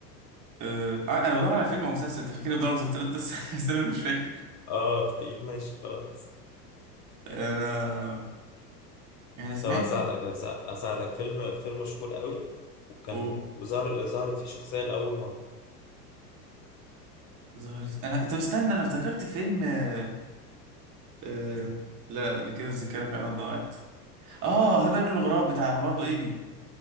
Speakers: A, on the right; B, on the left.
A: آه انا بدور على فيلم او مسلسل انت فاكر بدور على مسلسلات بس <laughs> بس انا مش فاكر
B: اه طيب ماشي خلاص
A: انا يعني سمعت
B: طب هساعدك هسا- هساعدك فيلم فيلم مشهور قوي وكان
A: اوه
B: ظهر ظهرت فيه شخصية لأول مرة
A: ظهرت انا طب استنى انا افتكرت فيلم آه... آه... لا دي كده الذاكرة فعلا ضاعت اه هبة الغراب بتاع برضه ايمي